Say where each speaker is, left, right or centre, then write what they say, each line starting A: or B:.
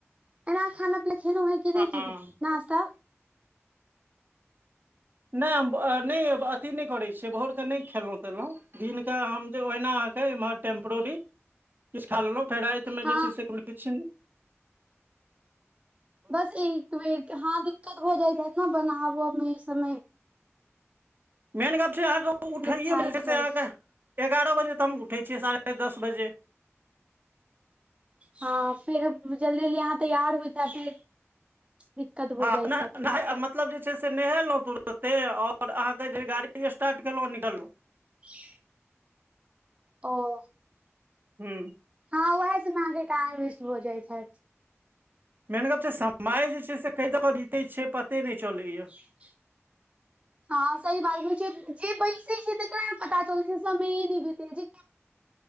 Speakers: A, on the right; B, on the right.
A: एना खाना पीना खेलौंहें कि
B: हँ
A: नै खेलौ नास्ता
B: नहि हम नहि अथी नहि करै छियै भोरकेऽ नहि खेलहुँ तेलहुँ दिनके हम ओहिना अहाँके एमहर टेम्परोरी किछ खा लेलहुँ फेर रातिमे
A: हँ
B: जे छै से किछ
A: बस एक बेर के हँ दिक्कत भ जाइत हैत ने बनाबऽ मे ऐ समे
B: मेन गप छै अहाँके उठैएमे
A: लोक थाकि
B: जे छै
A: जाइ
B: से अहाँके एगारह बजे त हम उठै छियै साढ़े दस बजे
A: हँ फेर जल्दी जल्दी आहाँ तैयार होइत हैब फेर दिक्कत भऽ
B: हँ
A: जाइत
B: <unintelligible>
A: हैत
B: मतलब जे छै से नहेलहुँ तुरते आओर अहाँके जे गाड़ी स्टाट केलहुँ निकलहुँ
A: <unintelligible> ओ
B: हू
A: हँ उहे समे आहां के टाइम बेस्ट भऽ जाइत हेऽत
B: मेन गप छै समय जे छै से कई द के बीते छै पते नहि चले या
A: <unintelligible> हँ सही बात होइ छै जे बैसे छै तकरा नय पता चल छै समय नहि बीतै